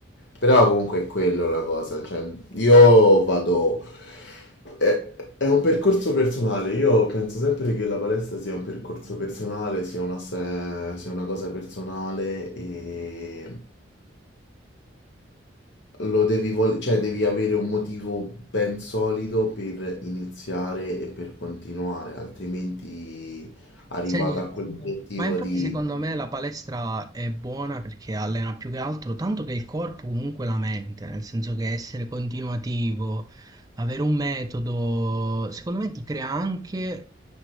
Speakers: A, on the left; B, on the right.
A: Però comunque è quello la cosa, cioè io vado... È, è un percorso personale, io penso sempre che la palestra sia un percorso personale, sia una, se- sia una cosa personale e lo devi vol- cioè devi avere un motivo ben solido per iniziare e per continuare, altrimenti arrivato
B: Se-
A: a quell'obiettivo
B: Ma infatti
A: di...
B: secondo me la palestra è buona perché allena più che altro tanto che il corpo comunque la mente, nel senso che essere continuativo, avere un metodo, secondo me ti crea anche